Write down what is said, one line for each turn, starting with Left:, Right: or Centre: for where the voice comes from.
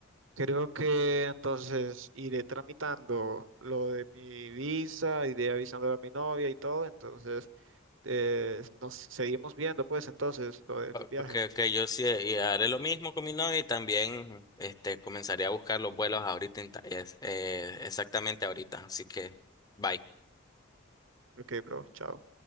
Right: creo que entonces iré tramitando lo de mi visa, iré avisando a mi novia y todo, entonces eh, nos seguimos viendo pues entonces lo del viaje.
Left: Okay, okay. yo sí y haré lo mismo con mi novia y también este, comenzaré a buscar los vuelos ahorita, en ta- es- eh, exactamente ahorita. Así que, bye.
Right: Ok, bro, chao.